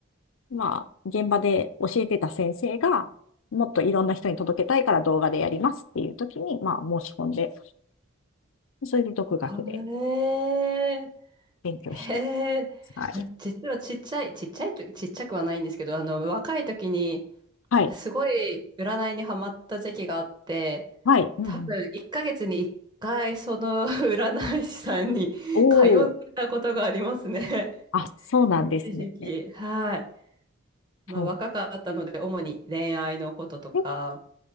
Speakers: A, on the left; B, on the right.
A: まあ、現場で教えてた先生が、もっといろんな人に届けたいから動画でやりますっていう時に、まあ、申し込んで、それで独学で
B: へえ、
A: 勉強して。
B: へえ、
A: はい。
B: 実はちっちゃい、ちっちゃいと、ちっちゃくはないんですけど、あの、若い時に、
A: はい。
B: すごい占いにハマった時期があって、
A: はい。うんうん。
B: 多分1ヶ月に1回その <laughs> 占い師さんに通ってたことがありますね。
A: おー。あ、そうなんですね。
B: 一時期。はい。まあ若かったので、
A: そ
B: 主に恋愛のこととか、
A: う。え、